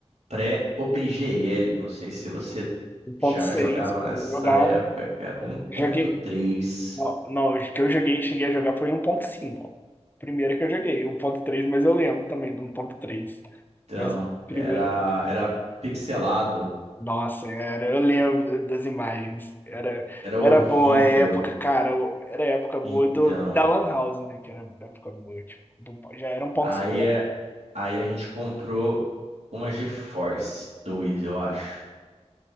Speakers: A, on the right; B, on the left.
A: pré-OpenGL. Não sei se você
B: um ponto
A: já
B: seis
A: jogava
B: pô,
A: nessa
B: eu jogava.
A: época, cara. um
B: Joguei,
A: ponto três
B: Não, não, os que eu joguei, cheguei a jogar foi um ponto cinco Primeiro que eu joguei, um ponto três mas eu lembro também do 1.3.
A: Então,
B: Mas o primeiro.
A: era,
B: eu joguei.
A: era pixelado.
B: Nossa, era, eu lembro das imagens. Era,
A: Era horrível.
B: era boa a época, cara. o- Era a época boa
A: Então,
B: do, da Lan House, né? Que era a época boa. Tipo, do- já era um 1.5.
A: aí, é- aí a gente comprou uma GeForce dois eu acho.